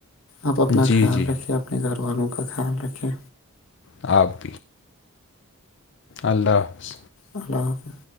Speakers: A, on the left; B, on the left.
A: آپ اپنا
B: جی
A: خیال
B: جی
A: رکھیے اپنے گھر والوں کا خیال رکھیں
B: آپد اللہ حافظ
A: اللہ حافظ